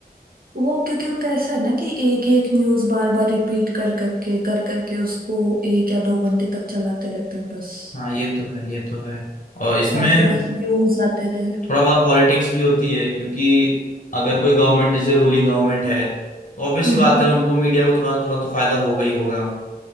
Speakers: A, on the right; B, on the left.
A: वो क्योंकि उनका ऐसा है ना कि एक ही एक न्यूज बार बार रिपीट कर करके कर करके उसको एक या दो घंटे तक चलाते रहते हैं बस
B: हाँ ये तो है ये तो है और इसमें
A: ताकि बस न्यूज आते रहे
B: थोड़ा बहुत पॉलिटिक्स भी होती है क्योंकि अगर कोई गवर्नमेंट जैसे रूलिंग गवर्नमेंट है तो ऑब्वियस
A: हम्म
B: सी बात है उनको मीडिया को थोड़ा ना थोड़ा तो फायदा होगा ही होगा